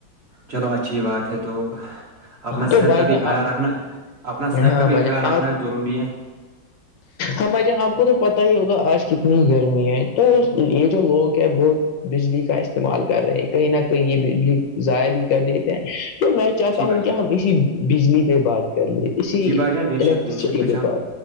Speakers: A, on the right; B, on the left.
A: چلو اچھی بات ہے تو اپنا
B: تو
A: صحت
B: بھائی
A: کا بھی
B: جان
A: خیال
B: آپ
A: رکھنا اپنا صحت
B: ہاں
A: کا بھی
B: بھائی
A: خیال
B: جان
A: رکھنا
B: آپ
A: ضروری ہے
B: ہاں بھ جان آپ کو تو پتا ہی ہوگا آج کتنی گرمی ہے تو یہ جو لوگ ہے بہت بجلی کا استعمال کر رہے ہیں کہیں نہ کہیں یہ بجلی ضائع بھی کر دیتے ہیں تو میں چاہتا
A: جی بھائی
B: ہوں
A: جان
B: کہ ہم اسی بجلی پہ بات کر لیں اسی
A: جی بھائی جان بے شک
B: الیکٹرسٹی
A: بے شک بے شک
B: پہ بات